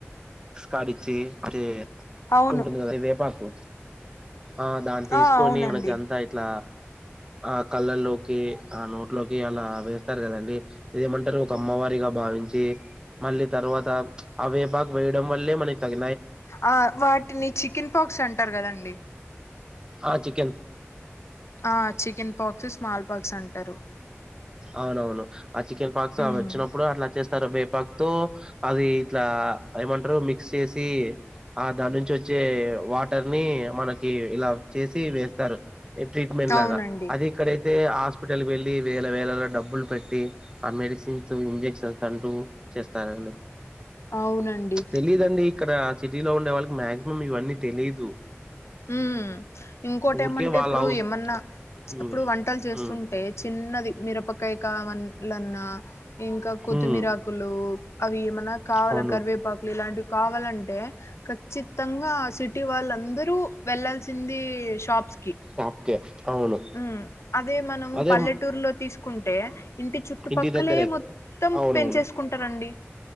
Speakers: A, on the right; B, on the left.
A: స్కడిచి అరే
B: అవును
A: ఉంటుంది కదా ఈ వేపాకు ఆ దాన్ని తీస్కొని
B: ఆ అవునండి
A: మనకి అంతా ఇట్ల ఆ కళ్ళల్లోకి ఆ నోట్లోకి అలా వేస్తారు కదండి ఇదేమంటరు ఒక అమ్మవారిగా భావించి మళ్ళీ తర్వాత ఆ వేపాకు వేయడం వల్లే మనకి తగ
B: ఆ వాటిని చికెన్ పాక్స్ అంటారు కదండి.
A: ఆ చి
B: ఆ చికెన్ పాక్స్ స్మాల్ పాక్స్ అంటారు.
A: అవునవును. ఆ చికెన్ పాక్స్
B: ఉమ్
A: అవి వచ్చినప్పుడు అట్ల చేస్ వస్తారు వేపాక్తో అది ఇట్లా ఏమంటరు మిక్స్ చేసి ఆ దాని నుంచి వచ్చే వాటర్ని మనకి ఇలా చేసి వేస్తారు. ట్రీట్మెంట్ లాగా
B: అవునండి
A: అది అయితే హస్ హాస్పిటల్ వెళ్ళి వేల వేలలో డబ్బులు పెట్టి ఆ మెడిసిన్స్, ఇంజెక్షన్స్ అంటూ చేస్తారండి.
B: అవునండి.
A: తెలీదండి ఇక్కడ ఆ సిటీలో ఉండే వాళ్ళకి మాక్సిమం ఇవన్నీ తెలీదు.
B: మ్ ఇంకోటి
A: ఊరికే
B: ఏమంటే
A: వాళ్ళ
B: ఇప్పుడు
A: హౌస్
B: ఏమన్న
A: ఉమ్
B: ఇప్పుడు వంటలు చేస్తుంటే
A: ఉమ్
B: చిన్నది మిరపకాయ కాయ్ కారంలన్న ఇంకా కొత్తిమీరాకులు
A: ఉమ్
B: అవి ఏమన్నా కావాల
A: అవును
B: కరివేపాకులు ఇలాంటివి కావాలంటే ఖచ్చితంగా సిటీ వాళ్ళందరూ వెళ్లాల్సింది షాప్స్ కి
A: ఓకే అవును
B: ఉమ్ అదే మనము
A: అదే
B: పల్లెటూరులో తీసుకుంటే ఇంటి చుట్టుపక్కలే
A: ఇంటి దగ్గరే
B: మొత్తం
A: అవునవును
B: పెంచేసుకుంటారండి